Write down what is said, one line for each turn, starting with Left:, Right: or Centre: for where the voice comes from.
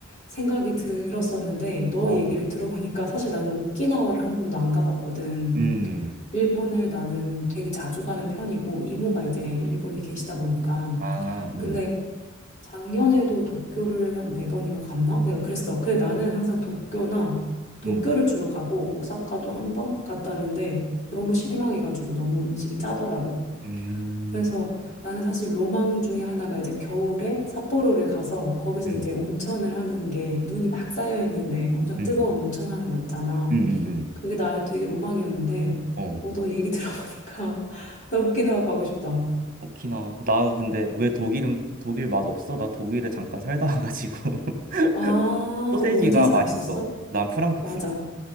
Left: 생각이 들었었는데, 너
Right: 어.
Left: 얘기를 들어보니까 <laughs> 사실 나는 오키나와를 한 번도 안 가봤거든.
Right: 음.
Left: 일본을 나는 되게 자주 가는 편이고, 이모가 이제 일본에 계시다 보니까.
Right: 아, 음.
Left: 근데 작년에도 도쿄를 한 네 번인가 갔나? 내가 그랬어. 그래 나는 항상 도쿄나 도쿄를
Right: 음.
Left: 주로 가고 오사카도 한 번 갔다 왔는데 너무 실망해가지고 너무 음식이 짜더라고.
Right: 음.
Left: 그래서 나는 사실 로망 중에 하나가 이제 겨울에 삿포로를 가서 거기서
Right: 음.
Left: 이제 온천을 하는 게 눈이 막 쌓여 있는데 엄청
Right: 응,
Left: 뜨거운 온천 하는 거 있잖아.
Right: 응, 응, 응.
Left: 그게 나의 되게 로망이었는데
Right: 어.
Left: 어, 너 얘기 들어보니까 <laughs> 나 오키나와 가고 싶다.
Right: 오키나와. 나 근데 왜 독일은 독일 맛 없어? 나 독일에 잠깐 살다 와가지고 <laughs>
Left: 아,
Right: 소세지가
Left: 어디 살았었어?
Right: 맛있어. 난 프랑크푸르트.
Left: 맞아.